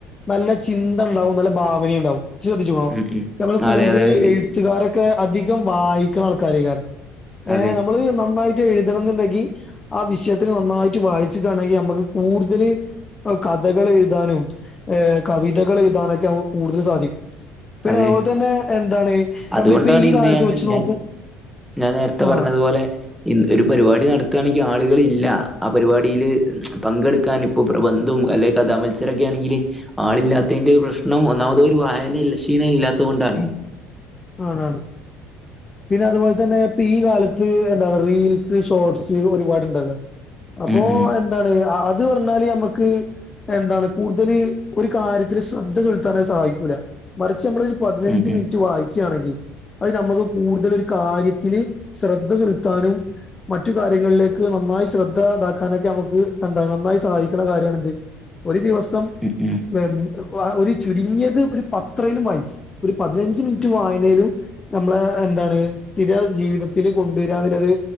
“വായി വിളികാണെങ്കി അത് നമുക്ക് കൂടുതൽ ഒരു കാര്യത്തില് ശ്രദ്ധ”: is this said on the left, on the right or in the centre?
Left